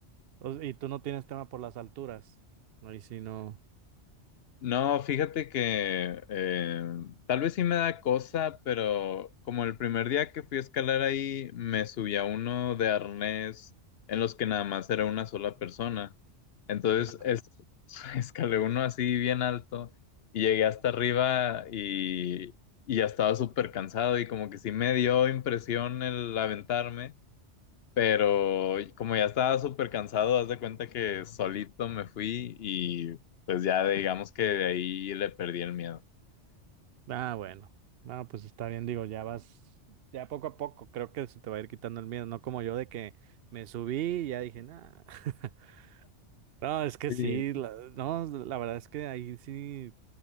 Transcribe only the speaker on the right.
O- Y tú no tienes tema por las alturas. Ahí sí no.
no.
Ah, bueno. No, pues está bien, digo, ya vas, ya poco a poco, creo que se te va a ir quitando el miedo, no como yo de que me subí y ya dije, nada. <laughs> No, es que
sí, la- no, la verdad es que ahí sí,